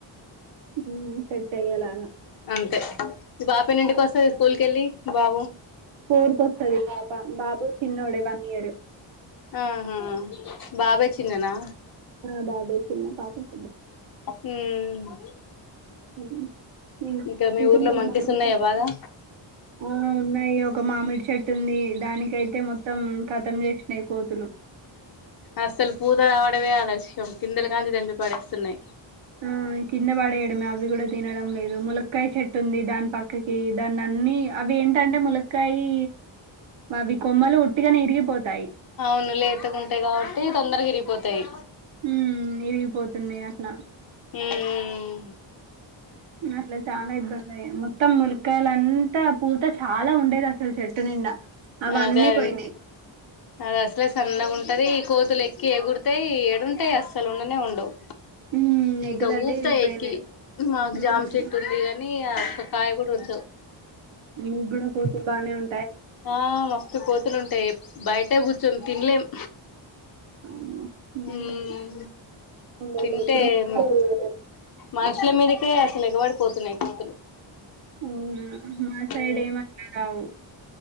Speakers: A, on the right; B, on the left.
A: ఉం సెట్ అయ్యేలాగా
B: అంతే మీ బాపేన్నింటికి వస్తది స్కూల్ కేళ్ళి మీ బాబు
A: ఫోరుకొస్తది పాప బాబు చిన్నోడే వన్ ఇయరు
B: ఆహా బాబే చిన్ననా
A: అ బాబే చిన్న పాపె పెద్ద
B: ఉం
A: ఉమ్. ఇం-
B: ఇంకా మీ
A: ఇంకేంటమ్మా
B: ఊర్లో మంకీస్
A: మీకు?
B: ఉన్నాయా బాగా
A: ఆ ఉన్నాయి ఒక మామిడి చెట్టు ఉంది దానికయితే మొత్తం కతం చేసినయి కోతులు
B: అసలు పూత రావడమే ఆలస్యం పిందల కాంచి దెంపి పడేస్తున్నాయ్
A: ఆ కింద పడేయడమే అవి కూడా తినడం లేదు ములక్కయ చెట్టు ఉంది దాని పక్కకి దాన్ని అన్నిీ అవి ఏంటంటే ములక్కయి అవి కొమ్మలు ఉట్టిగనే విరిగిపోతాయి
B: అవును లేతగుంటాయి కాబట్టి తొందరగా విరిగిపోతయి
A: ఉం విరిగిపోతున్నై అట్లా
B: ఉం
A: అట్లా చానా ఇబ్బందయే మొ త్తం ములక్కయలంతా పూత చాలా ఉండేది అసలు చెట్టు నిండా అవన్నీ
B: అదే అది
A: పోయినాయి
B: అది అసలే సన్నగా ఉంటది కోతులు ఎక్కి ఎగురుతై ఏడుంటాయి అస లుండనే ఉండవ్
A: ఉమ్ ఎటు
B: ఇంకా
A: దటే
B: ఊపుతై
A: ఇరిగిపోయినాయి
B: ఎక్కి మాకు
A: హ్మ్
B: జామ చెట్టు ఉంది గాని ఈ గా ఒక్కకాయగుడా ఒది
A: మీగ్గుడ కోతుల బానే ఉం
B: ఆ మస్తు కోతులుంటాయి బయటే కూర్చొం తిన్లేమ్
A: అమ్మో మేము
B: ఉం
A: ఉండేలే
B: తింటే
A: ఎప్పుడో
B: మ
A: అవునా
B: మనుషుల మీది కే అసల్ ఎగబడి పోతున్నాయి కోతులు
A: అవునా మా సైడ్
B: ఉమ్
A: ఏమట్లా రావు